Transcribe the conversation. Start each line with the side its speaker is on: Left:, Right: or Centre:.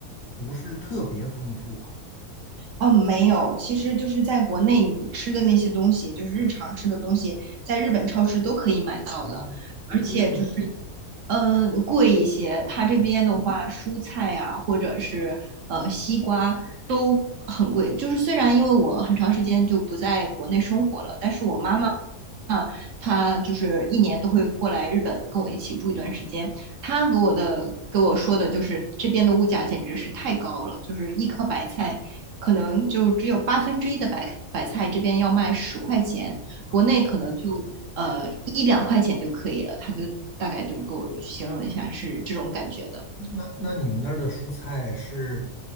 Left: 不是特别丰富啊？
Right: 哦，没有，其实就是在国内你吃的那些东西，就是日常吃的东西，在日本超市都可以买到的，
Left: 哦，会贵吗？
Right: 而且就是嗯、贵一些。它这边的话，
Left: 哦，
Right: 蔬菜呀、或者是呃西瓜都很贵。就是虽然因为我很长时间就不在国内生活了，但是我妈妈啊，他就是一年都会过来日本跟我一起住一段时间。他给我的给我说的就是这边的物价简直是太高了，就是一颗白菜可能就只有八分之一的白白菜这边要卖十块钱，
Left: 哦，
Right: 国内可能就呃一两块钱就可以了。他就大概就是给我形容一下是这种感觉的。
Left: 那那你们那儿的蔬菜是